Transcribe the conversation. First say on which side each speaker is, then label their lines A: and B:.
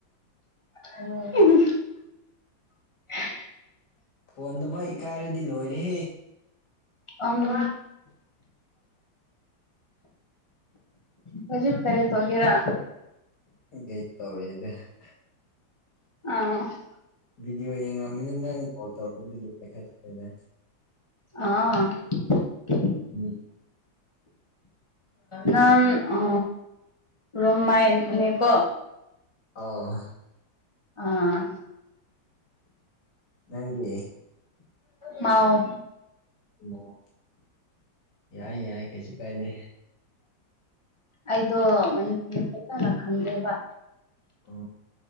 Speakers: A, on the left; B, on the left.
A: ꯎ <unintelligible> <inaudible>
B: ꯐꯣꯅ ꯗꯕꯨꯛ ꯏꯀꯥꯏꯔꯗꯤ ꯂꯣꯏꯔꯦ
A: ꯑ <unintelligible> <inaudible> ꯍꯧꯖꯤꯛ ꯀꯔꯤ ꯇꯧꯒꯦꯔꯥ
B: <unintelligible>
A: ꯑ <unintelligible> <inaudible>
B: ꯚꯗꯤꯑꯣ ꯌꯦꯡꯉꯃꯤꯅꯤꯅ ꯅꯪ ꯀꯣꯜ ꯇꯧꯔ ꯄꯥꯏꯈꯠꯦꯗ
A: ꯑꯥ <unintelligible>
B: ꯎꯝ
A: ꯅꯝ ꯑ ꯔꯣꯃꯥꯏꯅꯤꯀꯣ
B: ꯑ
A: ꯑꯥ
B: ꯅꯪꯗꯤ
A: ꯃꯥꯎ
B: ꯑꯣ ꯌꯥꯏ ꯌꯥꯏ ꯀꯩꯁꯨ ꯀꯥꯏꯗꯦ
A: ꯑꯩꯗꯣ ꯃꯅꯤꯄꯨꯔ ꯐꯖꯅꯥ ꯈꯪꯗꯦꯕ
B: ꯑ